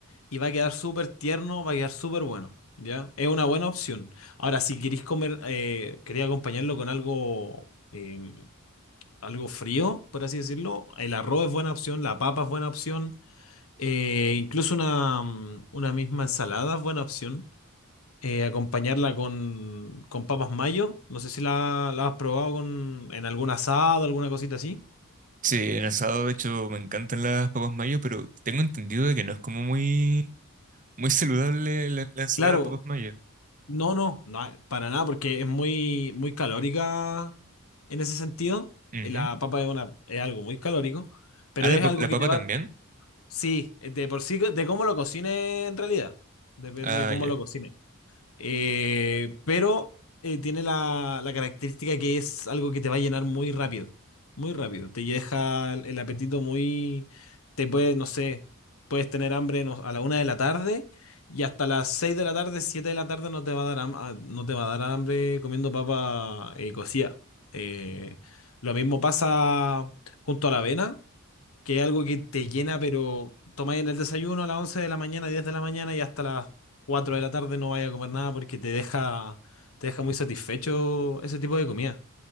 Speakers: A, on the left; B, on the right.
A: y va a quedar súper tierno, va a quedar súper bueno, ¿ya? Es una buena opción. Ahora, si queréis comer, eh, quería acompañarlo con algo, eh, algo frío, por así decirlo, el arroz es buena opción, la papa es buena opción, eh, incluso una, mm, una misma ensalada es buena opción. Eh, acompañarla con, con papas mayo, no sé si la, la has probado con, en algún asado, alguna cosita así.
B: Sí, en asado, de hecho, me encantan las papas mayo, pero tengo entendido de que no es como muy, muy saludable la, la ensalada
A: Claro,
B: de papas mayo.
A: No, no, no, para nada, porque es muy, muy calórica en ese sentido.
B: Ujú.
A: Eh, La papa es una, es algo muy calórico, pero
B: Ah,
A: es
B: la, pap-
A: algo
B: la
A: que
B: papa
A: te va,
B: también.
A: sí, eh, de por sí, de cómo lo cocines en realidad. Depende
B: Ah,
A: de cómo
B: ya.
A: lo cocines. Eh, pero eh, tiene la, la característica que es algo que te va a llenar muy rápido, muy rápido. Te deja el el apetito muy, te puede, no sé, puedes tener hambre no- a la una de la tarde y hasta las seis de la tarde, siete de la tarde no te va a dar, ham- ah, no te va a dar hambre comiendo papa eh, cocida. Eh, lo mismo pasa junto a la avena que es algo que te llena, pero tomáis en el desayuno a las 11 de la mañana, 10 de la mañana y hasta las 4 de la tarde no vaya a comer nada porque te deja, te deja muy satisfecho ese tipo de comida.